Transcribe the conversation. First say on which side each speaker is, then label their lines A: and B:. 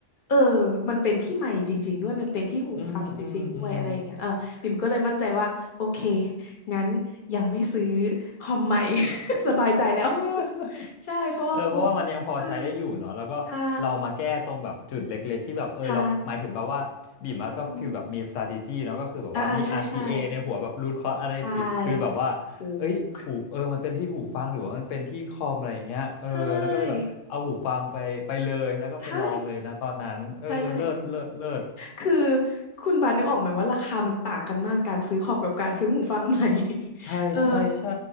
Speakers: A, on the left (about 50°); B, on the left (about 90°).
A: เออมันเป็นที่ไมค์จริงๆด้วยมันเป็นที่หูฟังจริงๆด้วยอะไรอย่างเงี้ยเออบิ่มก็เลยมั่นใจว่าโอเค
B: อืมอืมอืม
A: งั้นยังไม่ซื้อคอมใหม่ <laughs> สบายใจแล้ว
B: <laughs>
A: <laughs> ใช่เพราะว่าวงใช่
B: เออเพราะว่ามันยังพอใช้ได้อยู่เนาะแล้วก็เรามาแก้ตรงแบบจุดเล็กๆที่แบบเออเราหมายถึงแบบว่าบีมอะก็ฟีลแบบมี
A: ใช่ใช่อืม
B: strategy เนาะก็คือแบบว่ามี
A: อ่าอ่าใช่ใช่
B: RCA ในหัวแบบ root cause analysis
A: ใช่
B: คือแบบว่าเอ้ยหูเออมันเป็นที่หูฟังหรือว่ามันเป็นที่คอมอะไรอย่างเงี้ยเออแล้วก็เลยแบบเอาหูฟังไปไปเลยแล้วก็ไปลองเลยนะตอนนั้นเออเลิศเลิศเลิศ
A: ถูก <laughs> ใช่ใช่ใช่ใช่ คือคุณบาสนึกออกไหมว่าราคามันต่างกันมากการซื้อคอมกับการซื้อหูฟังใหม่ <laughs>
B: ใช่ใช่ใช่
A: เออ